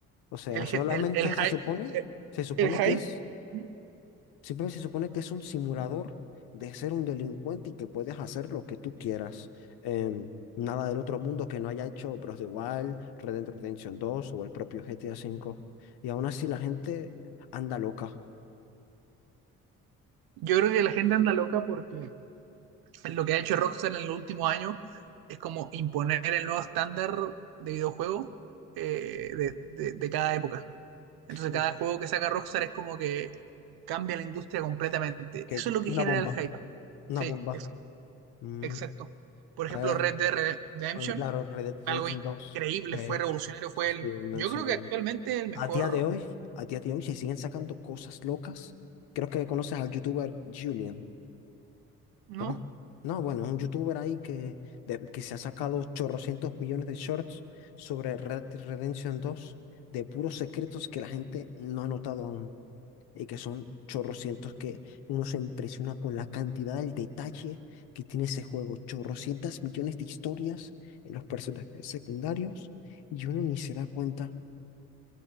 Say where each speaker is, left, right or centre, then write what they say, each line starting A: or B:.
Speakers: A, on the left; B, on the right.
A: O sea,
B: el,
A: solamente
B: G- el, el, hy-
A: se supone, se supone
B: el hype,
A: que es
B: ¿Mm?
A: Simplemente se supone que es un simulador de ser un delincuente y que puedes hacer lo que tú quieras. Em, nada del otro mundo que no haya hecho Bros. de Wild, Red Dead Redemption dos o el propio GTA cinco Y aún así la gente anda loca.
B: yo creo que la gente anda loca porque... Lo que ha hecho Rockstar en los últimos años es como imponer el nuevo estándar de videojuego eh, de, de- de cada época. Entonces
A: Mm,
B: cada juego que saca Rockstar es como que cambia la industria completamente.
A: Que
B: Eso es lo que
A: Una
B: genera
A: bomba.
B: el hype.
A: una
B: Sí,
A: bomba.
B: ex-
A: Mm,
B: exacto. Por ejemplo,
A: A ver,
B: Red Dead Red- Redemption,
A: bueno, claro, Red Dead
B: algo
A: Redemption
B: increíble,
A: dos eh,
B: fue revolucionario,
A: sí,
B: fue el,
A: no,
B: yo
A: en serio.
B: creo que actualmente el mejor,
A: A día de hoy, a día de hoy se siguen sacando cosas locas. Creo que conoces al youtuber Julian.
B: ¿no?
A: Ah, No, bueno, es un youtuber ahí que, de- que se ha sacado chorrocientos millones de shorts sobre Red Dead Redemption dos de puros secretos que la gente no ha notado aún y que son chorrocientos que uno se impresiona con la cantidad, el detalle que tiene ese juego. Chorrocientas millones de historias en los personajes secundarios y uno ni se da cuenta.